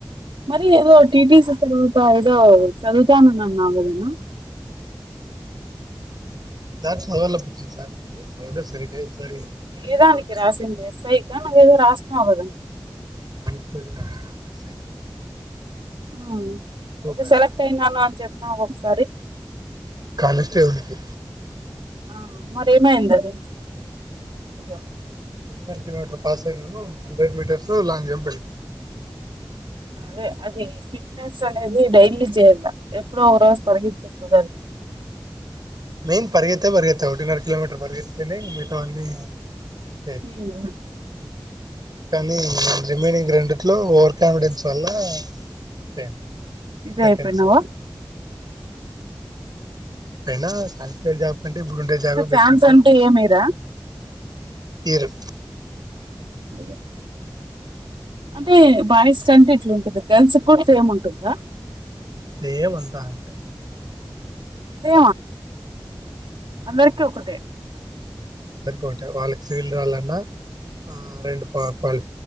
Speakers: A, on the right (about 85°); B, on the right (about 55°).
A: మరి ఏదో టీటీసీ తర్వాత ఏదో చదువుతాననవ్ కదా అన్న
B: సార్ చదవాలా బుజ్జి సార్ చదవాలే సరిగా ఈసారి ప్లాన్
A: ఏదానికి
B: చేయాలి ఒకవేళ
A: రాసింది ఎస్ ఐ క నువ్వు ఏదో రాసినవు కదా
B: కానిస్టేబుల్ రాసిన <unintelligible>
A: హ్మ
B: టూకి
A: ఏదో
B: రాసిన
A: సెలెక్ట్ అయినను అని చెప్ప నా ఒకసారి
B: కానిస్టేబుల్ కి
A: ఆ మరిఎమైంది అది య్యో
B: ఒ కిలోమీటర్ పాస్ అయినను హండ్రెడ్ మ మీటర్స్ లాంగ్ జంప్ వెకంది
A: అదే అది ఫిట్నెస్ అనేది డెలీ చేయ ఎప్పుడగతే కుదదు
B: మెయిన్ పరిగెతే పరిగెతే ఒకర్టీన్ ఆర్ కిలోమీటర్ పరిగెతేనే మితా అన్నీ చేయొచ్చు
A: హ్మ్మ్
B: కానీ రిమైనింగ్ రెండిట్లో ఓవర్ కాన్ఫిడెన్స్ వల్ల ఇస్ అయింది
A: ఇదేపోన్నావా
B: సెకండ్స్ లో పనా కానిస్టేబుల్ల్ జాబ్ కంటే బ్లూంటైల్ జాబే బెస్ట్
A: ఛాన్స్
B: అనుకో
A: అంటే ఏమిరా
B: తీరు
A: అ అంటే బాయ్స్ కంటే ఇట్లాంటుంది గర్ల్స్ కూడా సేమ్ ఉంటుందా
B: సేమందాంట
A: సే అందరికి ఒకటే
B: అందరికోట వాళ్ళకి సివిల్ రాళ్ాలన్నా ఆ రెండు పాాలి